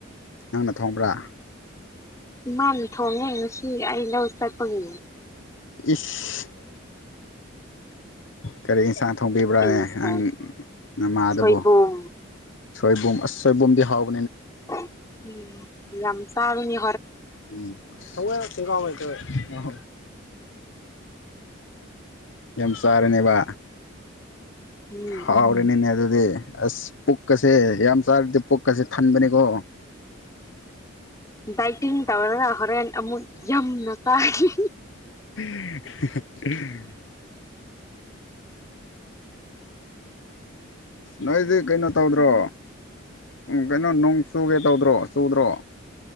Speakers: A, on the left; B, on the left.
A: ꯅꯪꯅ ꯊꯣꯡꯕ꯭ꯔꯥ
B: ꯏꯃꯥꯅ ꯊꯣꯡꯉ ꯉꯁꯤ ꯑꯩ ꯂꯧ ꯆꯠꯄꯒꯤꯅꯦ
A: ꯏꯁ ꯀꯔꯦ ꯏꯁꯥꯟ ꯊꯣꯡꯕꯤꯕ꯭ꯔꯥꯅꯦ
B: ꯏꯁ
A: ꯅꯪ ꯅꯃꯥꯗꯨꯕꯨ
B: ꯁꯣꯏꯕꯨꯝ
A: ꯁꯣꯏꯕꯨꯝ ꯑꯁ ꯁꯣꯏꯕꯨꯝꯗꯤ ꯍꯥꯎꯕ
B: ꯎꯝ ꯂꯝꯁꯥꯕꯤꯅꯤ
A: ꯎ ꯁꯣꯏ ꯊ ꯀꯝ ꯌꯥꯝ ꯁꯥꯥꯔꯅꯦꯕ
B: ꯎꯝ
A: ꯍꯥꯎ꯭ꯔꯦ ꯅꯅꯦ ꯑꯗꯨ ꯑꯁ ꯄꯨꯛꯀꯁꯦ ꯌꯥꯝ ꯆꯥꯔꯗꯤ ꯄꯨꯛꯀꯁꯦ ꯐꯟꯕꯅꯤꯀꯣ
B: ꯗꯥꯏꯇꯤꯡ ꯇꯧꯔꯒ ꯍꯣꯔꯦꯟ ꯑꯃꯨꯛ ꯌꯥꯝꯅ ꯆꯥꯈꯤ
A: <unintelligible> ꯑꯁ ꯅꯣꯏꯗꯤ ꯀꯩꯅꯣ ꯇꯧꯗ꯭ꯔꯣ ꯀꯩꯅꯣ ꯅꯣꯡ ꯆꯨꯒꯦ ꯇꯧꯗ꯭ꯔꯣ ꯆꯨꯗ꯭ꯔꯣ